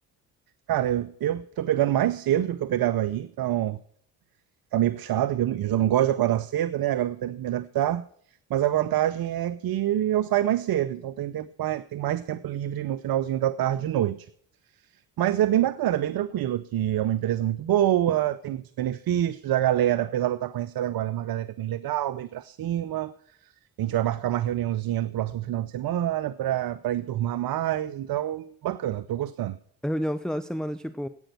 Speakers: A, on the right (about 50°); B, in the centre.
A: cara, eu, eu tô pegando mais cedo do que eu pegava aí, então tá meio puxado, que eu, eu já não gosto de acordar cedo, né? Agora eu tô tendo que me adaptar. Mas a vantagem é que eu saio mais cedo, então tem tempo, mais- tem mais tempo livre no finalzinho da tarde e noite. Mas é bem bacana, é bem tranquilo aqui. É uma empresa muito boa, tem muitos benefícios. A galera, apesar de eu estar conhecendo agora, é uma galera bem legal, bem para cima. A gente vai marcar uma reuniãozinha no próximo final de semana para para enturmar mais. Então, bacana, estou gostando.
B: É Reunião no final de semana, tipo,